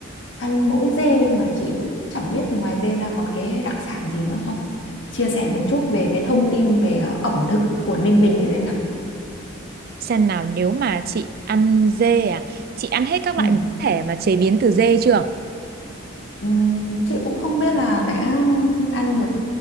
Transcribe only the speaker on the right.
xem nào nếu mà chị ăn dê à, chị ăn hết các
loại biến thể mà chế biến từ dê chưa?